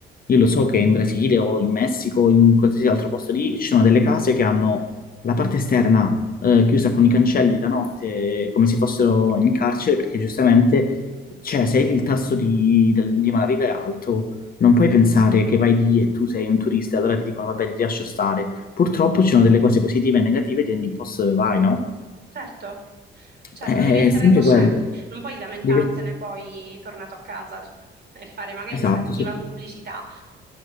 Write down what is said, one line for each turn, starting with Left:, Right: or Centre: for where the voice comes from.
Left: io lo so che in Brasile o in Messico o in qualsiasi altro posto lì ci sono delle case che hanno la parte esterna eh, chiusa con i cancelli la notte, eh, come se fossero in carcere, perché giustamente, cioè, se il tasso di, del- di malavita è alto, non puoi pensare che vai lì e tu sei un turista, allora ti dicono, va bene, ti lascio stare. Purtroppo ci sono delle cose positive e negative di ogni posto dove vai, no?
Right: Certo, certo,
Left: È
Right: devi esserne
Left: sempre
Right: cosciente,
Left: quello.
Right: non puoi lamentartene
Left: Diver-
Right: poi tornato a casa, cioè, e fare magari
Left: Esatto,
Right: una cattiva
Left: sì.
Right: pubblicità.